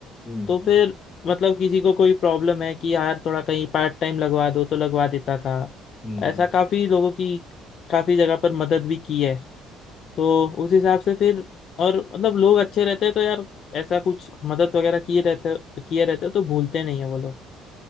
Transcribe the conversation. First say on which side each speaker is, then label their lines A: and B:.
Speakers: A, on the left; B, on the left.
A: हम्म
B: तो
A: हम्म
B: फिर मतलब किसी को कोई प्रॉब्लम है कि यार थोड़ा कहीं पार्ट टाइम लगवा दो तो लगवा देता था
A: हम्म
B: ऐसा काफी लोगों की काफी जगह पर मदद भी की है तो उस हिसाब से फिर और मतलब लोग अच्छे रहते हैं तो यार ऐसा कुछ मदद वगैरह किए रहते किए रहते हैं, तो भूलते नहीं है वो लोग